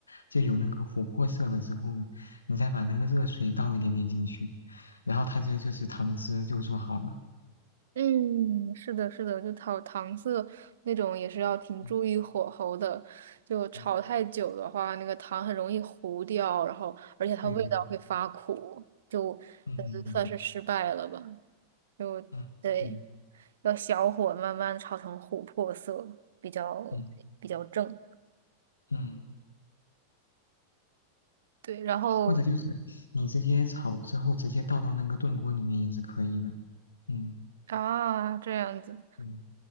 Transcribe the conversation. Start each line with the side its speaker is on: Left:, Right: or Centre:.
Left: 就有那个琥珀色了之后，你再把那个热水倒一点点进去，然后它这就是糖汁就做好了。
Right: 嗯，是的，是的，就炒糖色那种也是要挺注意火候的，
Left: 嗯
Right: 就炒太久的话，
Left: 嗯，
Right: 那个糖很容易糊掉，然后而且它味道会发苦，
Left: 对对对，
Right: 就呃算是失败了吧。
Left: 嗯嗯嗯
Right: 就对，
Left: 嗯，对，
Right: 要小火慢慢炒成琥珀色，比较
Left: 嗯
Right: 比较正。
Left: 嗯。
Right: 对，然后
Left: 或者就是你直接炒之后直接倒到那个炖锅里面也是可以的。嗯，
Right: 啊，这样子，
Left: 嗯